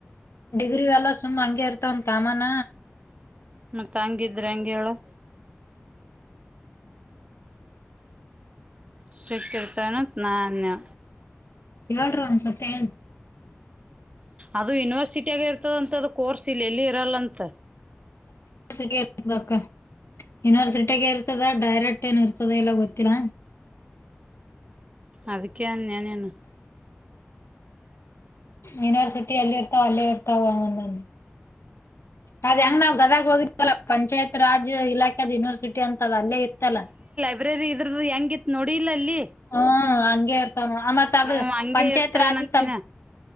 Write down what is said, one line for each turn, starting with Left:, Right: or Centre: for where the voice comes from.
Left: ಡಿಗ್ರಿ ಎಲ್ಲ ಸುಮ್ಮ್ ಹಂಗೆ ಇರ್ತವಂದ ಕಾಮಾನ.
Right: ಮತ್ತತ ಹಂಗಿದ್ರೆ ಹೆಂಗ ಹೇಳು. ಸ್ಟ್ರಿಕ್ಟ್ ಇರ್ತನ ಅತ್ತ್ ನಾ ಅನ್ನಿನಾ.
Left: ಹೇಳ್ರಿ ಒಂದ್ಸತ್ತ ಏನ.
Right: ಅದು ಯೂನಿವರ್ಸಿಟಿಯಾಗಿ ಇರ್ತದಂತ ಅದು ಕೋರ್ಸ್ ಇಲ್ಲ ಎಲ್ಲೂ ಇರಲ್ಲಂತ.
Left: ಟ ಇರ್ತದ ಯನಿವರ್ಸಿಟಿಗೆ ಇರ್ತದ ಡೈರೆಕ್ಟ್ ಏನ್ ಇರ್ತದೆ ಇಲ್ಲ ಗೊತ್ತಿಲ್ಲಾ.
Right: ಅದಕ್ಕೆ ಅದ್ನ್ಯ್ ನಿನ್ನ.
Left: ಯೂನಿವರ್ಸಿಟಿ ಎಲ್ಲಿ ಇರ್ತಾವ ಅಲ್ಲೇ ಇರ್ತಾವ ಹಂಗಂದ. ಅದ ಹೆಂಗ್ ನಾವ್ ಗದಗ ಹೋ ಇಲ್ಲ ಪಂಚಾಯತ್ ರಾಜ್ ಇಲಾಖಾದ್ ಯೂನಿವರ್ಸಿಟಿ ಅಂತದ್ ಅಲ್ಲೇ ಇರ್ತ್ತಲ್ಲ.
Right: ಇ್ರರಿ ಇದ್ರದ್ದ ಹೆಂಗಿತ್ತ ನೋಡಿ ಇಲ್ಲ ಅಲ್ಲಿ.
Left: ಹ್ಮ ಹಂಗೆ ಇರ್ತಾನ ಆ ಮತ್ ಅದು
Right: ಹ್ಞೂ ಹಂಗೆ
Left: ಪಂಚಾಯತ್
Right: ಇರ್ತವೇನಂತಿನ
Left: ರಾಜ್ ಸಂ